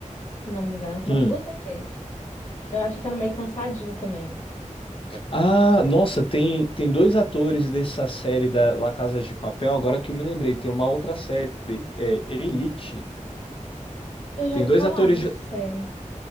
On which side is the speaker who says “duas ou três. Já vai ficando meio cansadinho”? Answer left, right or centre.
Left